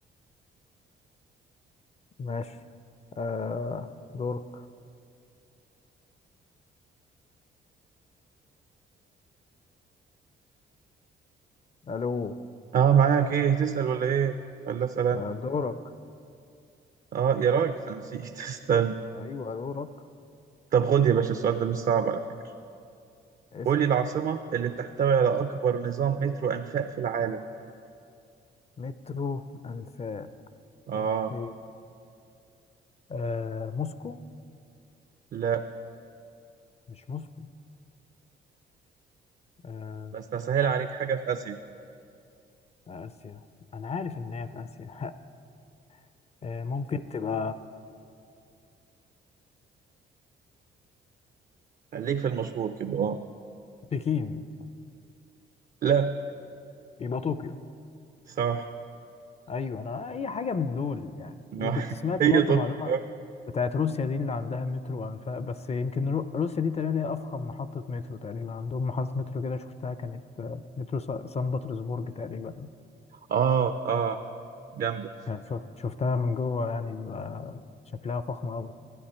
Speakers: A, on the left; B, on the right.
A: ماشي آه دورك الو
B: آه، معاك إيه تسأل ولا إيه ولا أسأل أنا
A: آه دورك
B: آه يا راجل أنا نسيت <laughs> استنى
A: ايوه دورك
B: طب خد يا باشا السؤال ده مش صعب على فكرة
A: اسأل
B: قول لي العاصمة اللي بتحتوي على أكبر نظام مترو أنفاق في العالم
A: مترو انفاق
B: آه
A: اوكي آه موسكو
B: لا
A: مش موسكو آه،
B: بس أسهل
A: عاصمة
B: عليك حاجة في آسيا
A: آه، آسيا أنا عارف إن هي في آسيا <laughs> آه، ممكن تبقى
B: خليك في المشهور كده آه
A: بكين
B: لا
A: يبقى طوكيو
B: صح
A: أيوة أنا أي حاجة من دول يعني
B: <laughs>
A: وكنت سمعت
B: هي
A: برضو
B: تقني
A: معلومة
B: فاهم
A: بتاعت روسيا دي اللي عندها مترو وأنفاق بس يمكن رو- روسيا دي تقريبا هي أفخم محطة مترو تقريبا عندهم محطة مترو كده شفتها كانت آه، مترو سا- سان بطرسبورج تقريبا
B: اه اه جامده
A: يعني شف- شفتها من جوه يعني بيبقى شكلها فخم أوي